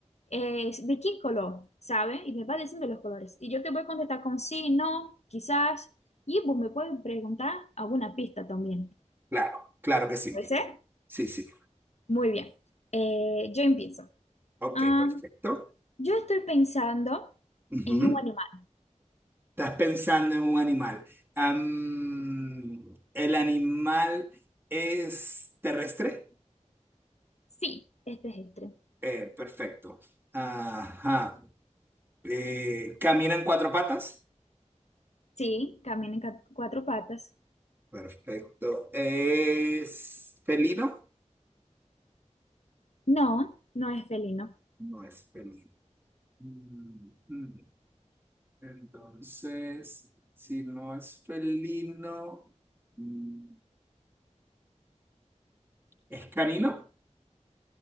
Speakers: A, on the left; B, on the right.
A: es de qué color, ¿sabe? Y me va diciendo los colores. Y yo te voy a contestar con sí, no, quizás. Y vos me puedes preguntar alguna pista también.
B: Claro, claro que sí.
A: ¿Puede ser?
B: Sí, sí.
A: Muy bien. Eh, yo empiezo.
B: Ok,
A: Am,
B: perfecto.
A: yo estoy pensando
B: Ujú.
A: en un animal.
B: Estás pensando en un animal. Am, ¿el animal es terrestre?
A: Sí, este es este.
B: Eh, perfecto. Ajá. Eh, ¿camina en cuatro patas?
A: Sí, camina en ca- cuatro patas.
B: Perfecto. ¿Es felino?
A: No, no es felino.
B: No es felino. Mm, mm. Entonces, si no es felino, mm, ¿es canino?